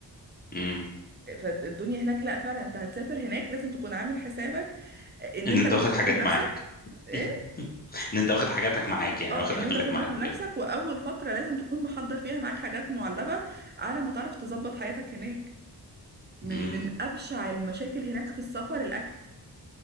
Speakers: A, on the left; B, on the right.
A: امم
B: فالدنيا هناك لا فعلا انت هتسافر هناك لازم تكون عامل حسابك ان
A: ان
B: انت
A: انت
B: اللي
A: واخد
B: تطبخ
A: حاجات
B: لنفسك
A: معاك
B: ايه
A: <laughs> ان انت واخد حاجاتك معاك يعني
B: اه
A: واخد
B: ان
A: اكلك
B: انت تطبخ
A: معاك
B: لنفسك
A: وكده
B: واول فتره لازم تكون محضر فيها معاك حاجات معلبه على ما تعرف تظبط حياتك هناك من
A: امم.
B: من أبشع المشاكل هناك في السفر الأكل